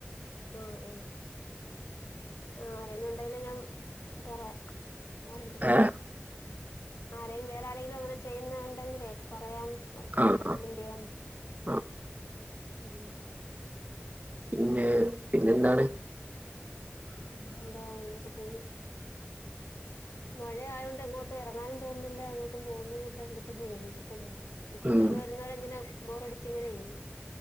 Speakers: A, on the left; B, on the right.
A: ആ ആ ആ ആരേലും ഉണ്ടായാൽ ഞാൻ പറയാം ആരെടുത്തു പറയാം
B: ഏ
A: ആരെങ്കിലും വേറെ ആരെങ്കിലും അങ്ങനെ ചെയ്യുന്ന ഉണ്ടെങ്കിലേ പറയാന്ന് അവർക്ക്
B: ആ
A: റെക്കമന്റ്
B: ആ
A: ചെയ്യാം
B: ആ
A: ഉം
B: പിന്നെ പിന്നെ എന്താണ്
A: പിന്നെന്താ അങ്ങനെയൊക്കെ പോകുന്നു മഴ ആയ കൊണ്ട് എങ്ങോട്ടും ഇറങ്ങാനും തോന്നുന്നില്ല എങ്ങോട്ടും പോകുന്നുവില്ല ഇവിടെത്തന്നെ ഇരിക്കുന്നു വീട്ടിൽ തന്നെ ഉണ്ട് കുട്ടികൾ
B: ഉം
A: വരുന്നവരെ ഇങ്ങനെ ബോറടിച്ച് ഇങ്ങനെ ഇരിക്കും